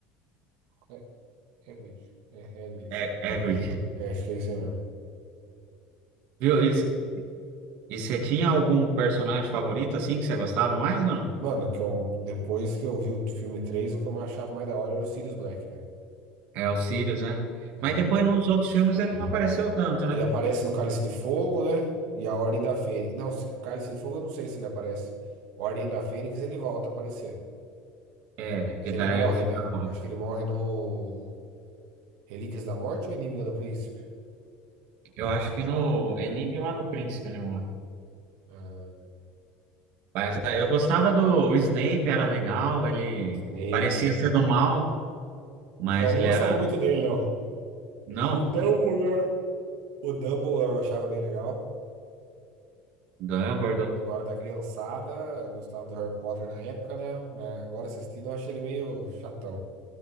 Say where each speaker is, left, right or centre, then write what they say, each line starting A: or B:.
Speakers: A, on the right; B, on the right.
A: É, é Hagrid. É, Hagrid.
B: É,
A: É,
B: Hagrid.
A: é, é, acho que é isso aí mesmo.
B: Viu? E c- e você tinha algum personagem favorito, assim, que você gostava mais ou não?
A: Mano, que eu, depois que eu vi o filme 3 o que eu achava mais da hora era o Sirius Black, né?
B: É o Sirius, né?
A: É.
B: Mas depois nos outros filmes ele não apareceu tanto, né?
A: Ele aparece no Cálice de Fogo, né? E a Ordem da Fênix. Não, se- Cálice de Fogo eu não sei se ele aparece. Ordem da Fênix ele volta a aparecer.
B: É,
A: Mas
B: que
A: ele
B: daí
A: morre,
B: é o final.
A: né? Eu acho que ele morre no Relíquias da Morte ou Inimiga do Príncipe?
B: Eu acho que no Enigma do Príncipe ele morre.
A: Ah,
B: Mas ah, eu gostava do o Snape, era legal, ele
A: Snape
B: parecia
A: era
B: ser
A: legal.
B: do mal, mas
A: Eu não
B: ele
A: gostava
B: era...
A: muito dele, não.
B: Não,
A: O Dumbledore. O Dumbledore eu achava bem legal.
B: Dumbledore.
A: Agora da criançada, eu gostava do Harry Potter na época, né? Mas agora assistindo eu acho ele meio chatão.